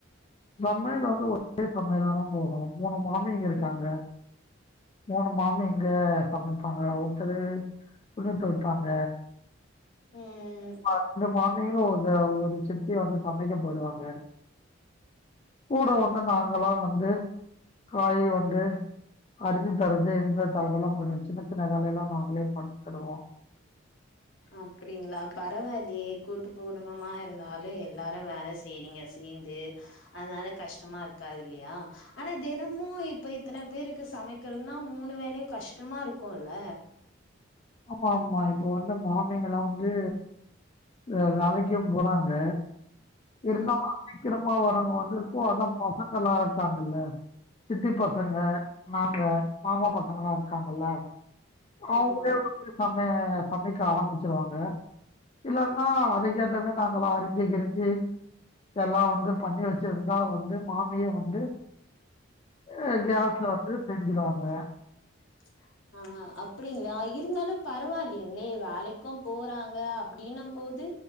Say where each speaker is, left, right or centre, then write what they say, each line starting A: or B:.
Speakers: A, on the left; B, on the left.
A: பம்பைல வந்து ஒரே கம்பெனிலதா போனோ மூணு மாமிங்க இருக்காங்க மூணு மாமிங்க சமைப்பாங்க ஒருத்தரு துணி தொவைப்பாங்க
B: ம்
A: ஆ ரெண்டு மாமிகளு ஒரு ஒரு சித்தி வந்து சமைக்க போய்டுவாங்க கூட வந்து நாங்கலா வந்து காய் வந்து அறிஞ்சு தரது இனிமே தரதெல்லா கொஞ்சோ சின்ன சின்ன வேலையெல்லா நாங்களே பண்ணி தருவோ
B: அப்டிங்ளா பரவால்லயே கூட்டு பு குடும்பமா இருந்தாலு எல்லாரு வேலை செய்றீங்க சேந்து அதுனால கஷ்டமா இருக்காது இல்யா ஆனா தினமு இப்ப இத்தன பேருக்கு சமைக்கிறதுன்னா மூனு வேலையு கஷ்டமா இருக்குல்ல
A: ஆமா ஆமா இப்ப வந்து மாமிங்லா வந்து வ வேலைக்கு போறாங்க இருந்தாலு
B: ம்
A: சீக்கிரமா வரவங்க வந்து இப்போ அதா பசங்களா இருக்காங்கல்ல சித்தி பசங்க நாங்க மாமா பசங்கலா இருக்காங்கல்ல
B: ஆமா
A: அவங்களே வந்து நம்ம சமைக்க ஆரம்பிச்சிருவாங்க இல்லன்னா அதுக்கேத்த மாரி நாங்களா அறிஞ்சு கிரிஞ்சு இதெல்லா வந்து பண்ணி வச்சிருந்தா வந்து மாமியே வந்து அ கேஸ்ல வந்து செஞ்சுடுவாங்க
B: <inaudible> ஆ அப்டிங்ளா இருந்தாலு பரவால்லைங்ளே வேலைக்கும் போறாங்க அப்டினும் போது